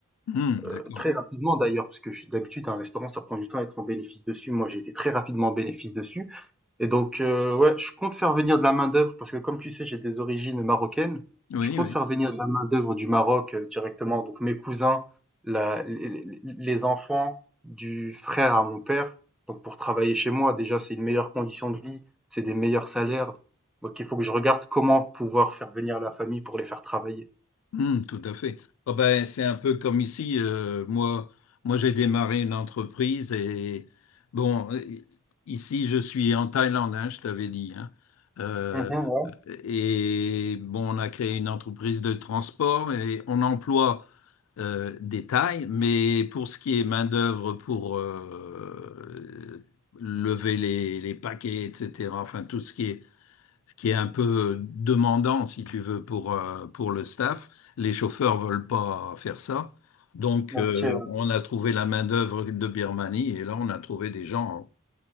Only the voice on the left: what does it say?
hmm,
d'accord.
Oui,
oui.
Hmm, tout à fait. Ah ben, c'est un peu comme ici. euh, moi, moi j'ai démarré une entreprise et bon, euh, ici je suis en Thaïlande, hein, je t'avais dit. hein. Euh,
et bon, on a créé une entreprise de transport et on emploie euh, des Thaïs, mais pour ce qui est main-d'œuvre pour euh, lever les, les paquets, etc., enfin tout ce qui est ce qui est un peu demandant, si tu veux, pour, euh, pour le staff. Les chauffeurs veulent pas faire ça. Donc,
euh, on a trouvé la main-d'œuvre de Birmanie et là, on a trouvé des gens